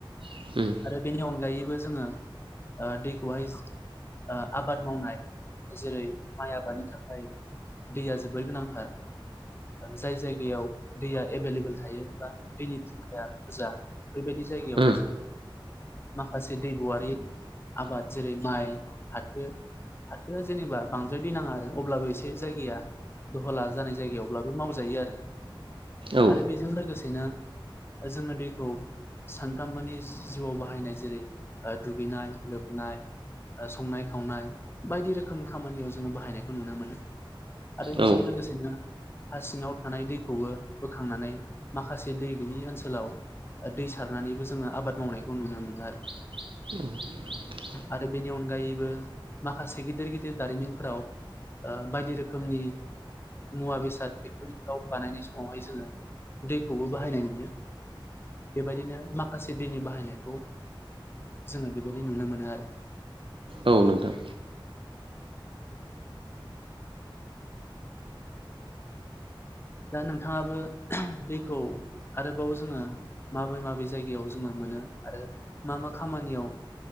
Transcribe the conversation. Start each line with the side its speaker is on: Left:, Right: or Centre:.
Right: उम
Left: आरो बेनि अनगायैबो जोङो ओ दैखौहाय ओ आबाद मावनाय जेरै माइ आबादनि थाखाय दैया जोबोर गोनांथार जाय जायगायाव दैया एभेलेबेल थायो बा दैनि फुंखाया बुरजा बेबायदि बे जायगायावायावहाय
Right: उम
Left: जों मा- खासे दैगआरि आबाद जेरै माइ फाथो फाथोआ जेनेबा बांदराय दै नाङा आरो अब्लाबो एसे जायगाया दहला जानाय जायगायावब्लाबो मावजायो आरो
Right: औ
Left: आरो बेजों लोगोसेनो जोङो दैखौ सानफ्रोमबोनि जिउआव बाहायनाय जेरै ओ दुगैनाय लोबनाय ओ संनाय खावनाय बायदि रोखोमनि खामानियाव जोङो बाहायनायखौ नुनो मोनो आरो
Right: औ
Left: बेजों लोगोसेनो हा सिङाव थानाय दैखौबो बोखांनानै माखासे दै गैयि ओनसोलाव ओ दै सारनानैबो जोङो आबाद मावनायखौ नुनो मोनो आरो
Right: <inaudible>
Left: आरो बेनि अनगायैबो माखासे गिदिर गिदिर दारिमिनफोराव ओ बायदि रोखोमनि मुवा बेसाद फेक्टरिफ्राव बानायनाय समावहाय जोङो दैखौबो बाहायनाय नुयो बेबायदिनो माखासे दैनि बाहायनायखौ जोङो बेबायदि नुनो मोनो आरो
Right: औ नोंथां
Left: दा नोंथाङाबो दैखौ आरोबाव जोङो माबे माबे जायगायाव जोङो मोनो आरो मा मा खामानियाव